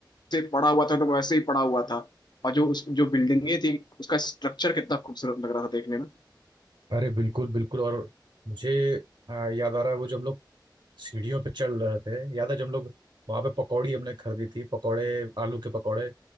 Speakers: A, on the left; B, on the right.
A: से पड़ा हुआ था तो वैसे ही पड़ा हुआ था और जो उस जो बिल्डिंगें थी उसका स्ट्रक्चर कितना खूबसूरत लग रहा था देखने में
B: अरे बिल्कुल बिल्कुल और मुझे आ, याद आ रहा है वो जब हम लोग सीढ़ियों पे चढ़ रहे थे याद है जब हम लोग वहाँ पे पकौड़ी हमने खरीदी थी पकौड़े आलू के पकौड़े